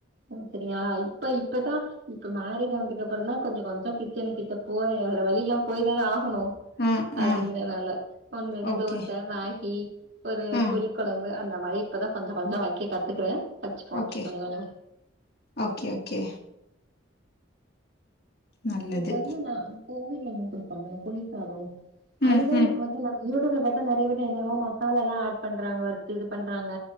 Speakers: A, on the right; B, on the left.
A: ஓ சரிங்களா இப்ப இப்பதா இப்ப மேரேஜானதுக்கு அப்புற தா கொஞ்ச கொஞ்ச கிச்சன் கிட்ட போறே வேற வழில்லாம் போய் தானே ஆவ் கனு
B: ஆ
A: அப்டிறனலே
B: ஆ
A: ஒண்ரெண்டு
B: ஓகே
A: தோச மேகி ஒரு
B: ஆ
A: கொழம்பு அந்த மாரி இப்பதா கொஞ்சோ கொஞ்சோ வக்க கத்துக்கறே வச்சுப்போ வச்சுப்போ
B: ஓகே
A: கொஞ்ச கொஞ்சமா
B: ஓகே ஓகே நல்லது
A: எனக்கு வந்து நா கோவில் எல்லா குடுப்பாங்கல்ல புளி சாதம் அதுதா
B: ம் ம்
A: எனக்கு வந்து யூடியூப்ல பாத்தா நெறைய பேர் என்னன்னமோ மசாலால்லா ஆட் பண்றாங்க வருத்து இது பண்றாங்க